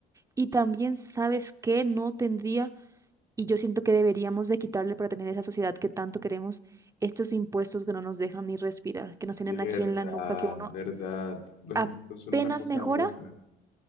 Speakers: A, on the right; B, on the left.
A: Y también, ¿sabes qué? No tendría, y yo siento que deberíamos de quitarle para tener esa sociedad que tanto queremos, estos impuestos que no nos dejan ni respirar, que nos tienen
B: Oye, verdad,
A: aquí en la nuca, que uno
B: verdad. Los
A: apenas
B: impuestos son una cosa
A: mejora.
B: loca,